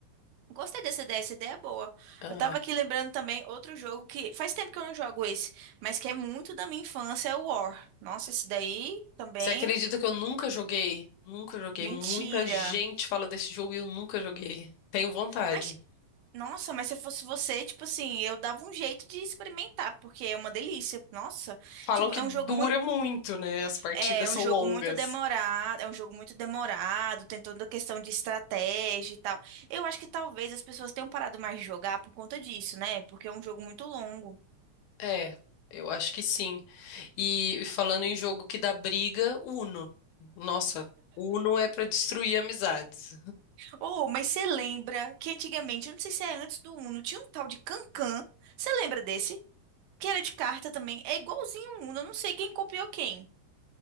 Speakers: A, on the right; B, on the left.
A: Gostei dessa ideia, essa ideia é boa.
B: Ah,
A: Eu tava
B: é.
A: aqui lembrando também outro jogo que faz tempo que eu não jogo esse, mas que é muito da minha infância, é o War. Nossa, esse daí também
B: você acredita que eu nunca joguei? Nunca joguei.
A: Mentira.
B: Muita gente fala desse jogo e eu nunca joguei. Tenho vontade.
A: Mas, nossa, mas se eu fosse você, tipo assim, eu dava um jeito de experimentar, porque é uma delícia. Nossa,
B: Falam
A: tipo,
B: que
A: é
B: dura
A: um jogo muito,
B: muito, né? As partidas
A: é um
B: são
A: jogo
B: longas.
A: muito demorado, é um jogo muito demorado, tem toda a questão de estratégia e tal. Eu acho que talvez as pessoas tenham parado mais de jogar por conta disso, né? Porque é um jogo muito longo.
B: É, eu acho que sim. E e falando em jogo que dá briga, Uno. Nossa, Uno é pra destruir amizades.
A: Oh, mas você lembra que antigamente, eu não sei se é antes do Uno, tinha um tal de Cancan. Você lembra desse? Que era de carta também. É igualzinho o Uno, eu não sei quem copiou quem.